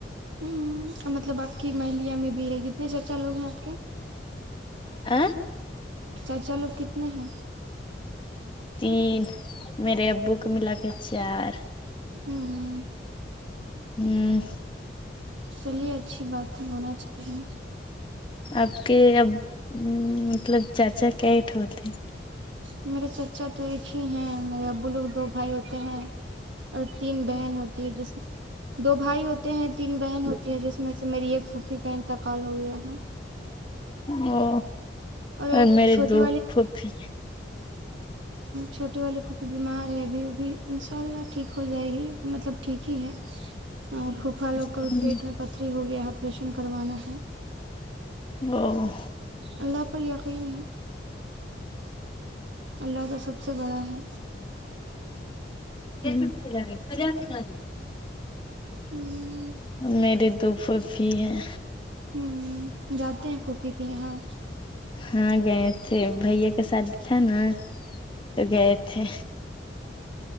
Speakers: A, on the right; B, on the left.
A: ہمم مطلب آپ کی مہلیا میں بھی ہے کتنے چچا لوگ ہیں آپ کے
B: آ
A: چاچا لوگ کتنے ہیں
B: تین میرے ابو کو ملا کے ہے چار
A: ہوں
B: ہوں
A: چلیے اچھی بات ہے ہونا چاہیے
B: آپ کے اب مطلب چاچا کیٹ ہوتے
A: میرے چچا تو ایک ہی ہیں میرے ابو لوگ دو بھائی ہوتے ہیں اور تین بہن ہوتی ہے جس دو بھائی ہوتے ہیں تین بہن ہوتی ہیں جس میں سے میری ایک پھوفھی کا انتقال ہو گیا ہے
B: او
A: ایک
B: اور میرے
A: چھوٹی
B: دکھ خ ہی
A: چھوٹے والے پھوپھی بیمار ہے ابھی ا بھی ان شاء اللہ ٹھیک ہو جائے گی مطلب ٹھیک ہی ہے اور پھوپھا لوگ کا
B: ہوں
A: بھی پیٹ میں پتھری ہو گیا آپریشن کروانا ہے
B: او
A: اللہ پر یقین ہے اللہ کا سب سے بڑا ہے
B: ہوں
A: ہ
B: میرے دو پھوپھی ہیں
A: ہوں جاتے ہیں پھوپھی کی ہاں
B: ہاں گئے تھے بھائیا کا شادی تھا نا تو گئے تھے